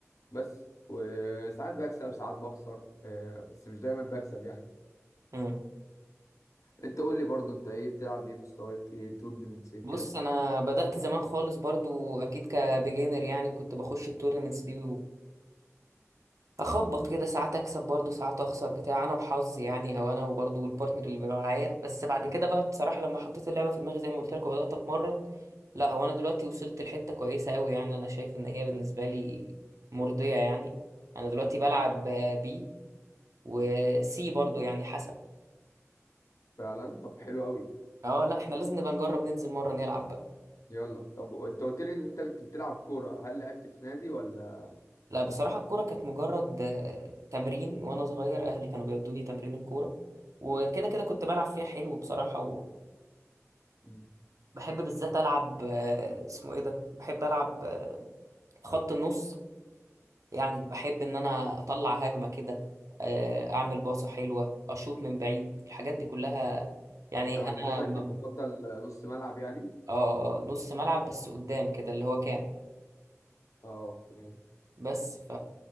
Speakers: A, on the left; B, on the right.
A: بس وساعات بكسب ساعات بخسر آه، بس مش دايما بكسب يعني
B: مم.
A: انت قول لي برضو انت ايه بتلعب ايه مستويات ايه تورنمنتس ايه
B: بص
A: كده
B: انا بدأت زمان خالص برضو اكيد كبيجينر يعني وكنت بخش التورنمنتس دي اخبط كده ساعات اكسب برضو ساعات اخسر بتاع انا وحظي يعني او انا وبرضو البارتنر اللي بيبقى معايا بس بعد كده بقى بصراحه لما حطيت اللعبه في دماغي زي ما قلت لك وبدات اتمرن لا هو انا دلوقتي وصلت لحته كويسه قوي يعني انا شايف ان هي بالنسبه لي مرضيه يعني انا دلوقتي بلعب بي وسي برضو يعني حسب
A: فعلا طب حلو قوي
B: اه لا احنا لازم نبقى نجرب ننزل مره نلعب بقى
A: يلا طب انت قلت لي ان انت كنت بتلعب كورة هل لعبت في نادي ولا
B: لا بصراحه الكوره كانت مجرد آه، تمرين وانا صغير اهلي كانوا بيودوني تمرين الكوره وكده كده كنت بلعب فيها حلو بصراحه
A: مم.
B: بحب بالذات العب آه، اسمه ايه ده بحب العب آه، خط النص يعني بحب ان انا اطلع هجمه كده آه، اعمل باصه حلوه اشوط من بعيد الحاجات دي كلها يعني
A: انت مركزك
B: انا م-
A: المفضل نص ملعب يعني
B: اه آه، نص ملعب بس قدام كده اللي هو كام
A: اه اوكي
B: بس ف